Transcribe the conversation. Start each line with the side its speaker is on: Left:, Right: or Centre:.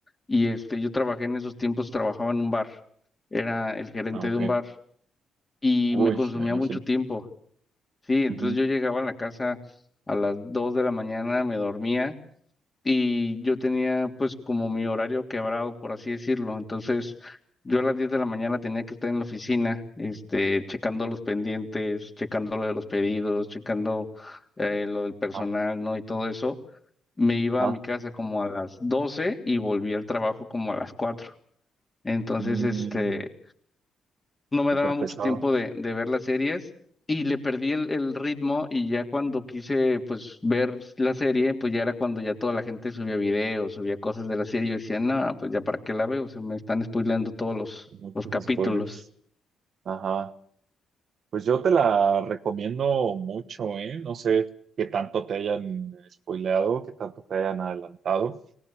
Left: y este, yo trabajé en esos tiempos, trabajaba en un bar, era el gerente
Right: Ah, ok.
Left: de un bar y
Right: Uy,
Left: me consumía
Right: me imagino.
Left: mucho tiempo, sí, entonces
Right: Ujú.
Left: yo llegaba a la casa a las 2 de la mañana, me dormía y yo tenía pues como mi horario quebrado, por así decirlo. Entonces, yo a las 10 de la mañana tenía que estar en la oficina, este, checando los pendientes, checando lo de los pedidos, checando eh, lo del personal,
Right: Ajá.
Left: ¿no? Y todo eso. Me iba
Right: Ajá.
Left: a mi casa como a las 12 y volví al trabajo como a las cuatro Entonces,
Right: Mm,
Left: este, no me
Right: súper
Left: daba mucho
Right: pesado.
Left: tiempo de, de ver las series y le perdí el, el ritmo y ya cuando quise pues ver la serie, pues ya era cuando ya toda la gente subía videos, subía cosas de la serie y yo decía, no, pues ya para qué la veo, se me están spoileando todos los,
Right: Muchos
Left: los capítulos.
Right: spoilers. Ajá. Pues yo te la recomiendo mucho, ¿eh? No sé qué tanto te hayan spoileado, qué tanto te hayan adelantado,